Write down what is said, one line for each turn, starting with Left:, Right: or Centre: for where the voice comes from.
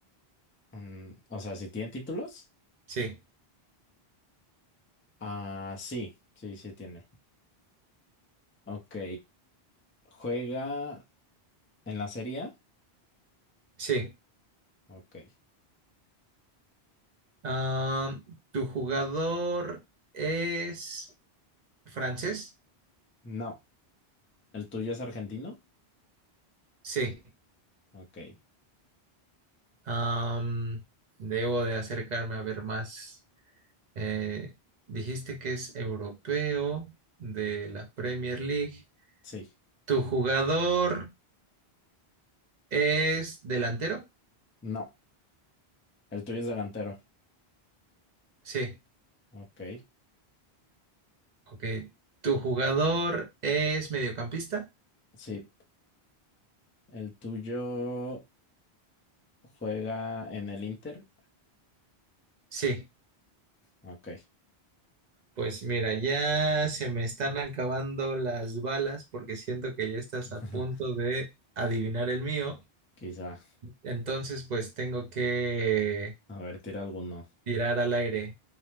Left: Mm, o sea, si tiene títulos?
Right: Sí.
Left: Ah, sí, sí, sí tiene. Ok. ¿Juega en la Serie A?
Right: Sí.
Left: Ok.
Right: Ah, ¿tu jugador es francés?
Left: No. ¿El tuyo es argentino?
Right: Sí.
Left: Ok.
Right: Am, debo de acercarme a ver más. Eh, dijiste que es europeo de la Premier League.
Left: Sí.
Right: ¿Tu jugador es delantero?
Left: No. ¿El tuyo es delantero?
Right: Sí.
Left: Ok.
Right: Ok. ¿Tu jugador es mediocampista?
Left: Sí. ¿El tuyo juega en el Inter?
Right: Sí.
Left: Ok.
Right: Pues mira, ya se me están acabando las balas porque siento que ya estás
Left: <laughs>
Right: a punto de adivinar el mío.
Left: Quizá.
Right: Entonces, pues tengo que
Left: A ver, tira alguno.
Right: tirar al aire.